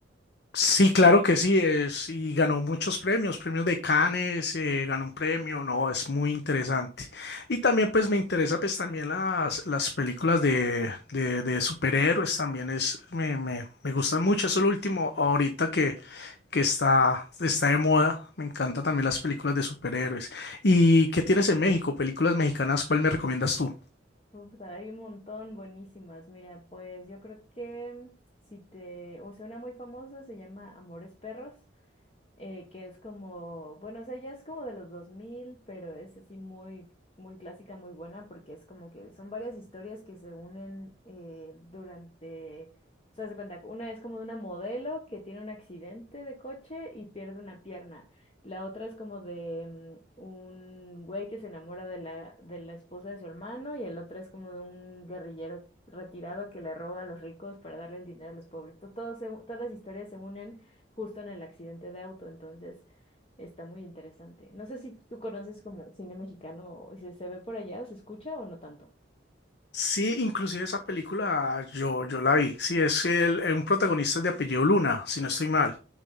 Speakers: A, on the left; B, on the left.
A: Sí, claro que sí, es, y ganó muchos premios, premios de Cannes, eh, ganó un premio, no, es muy interesante. Y también pues me interesa pues también las, las películas de, de, de superhéroes, también es, me, me, me gustan mucho, eso es lo último ahorita que, que está, está de moda, me encantan también las películas de superhéroes. ¿Y qué tienes en México? Películas mexicanas, ¿cuál me recomiendas tú?
B: Puta, hay un montón buenísimas. Mira, pues yo creo que mm, si te, o sea, una muy famosa se llama Amores Perros. eh, que es como, bueno, o sea, ya es como de los dos mil pero es así muy, muy clásica, muy buena, porque es como que son varias historias que se unen eh, durante, o sea, se cuenta, una es como de una modelo que tiene un accidente de coche y pierde una pierna, la otra es como de mm, un güey que se enamora de la, de la esposa de su hermano y el otro es como de un guerrillero retirado que le roba a los ricos para darle el dinero a los pobres. To- Todo se- todas las historias se unen justo en el accidente de auto, entonces está muy interesante. No sé si tú conoces como cine mexicano, o si se ve por allá o se escucha o no tanto.
A: Sí, inclusive esa película yo, yo la vi. Sí, es el, eh, un protagonista de apellido Luna, si no estoy mal.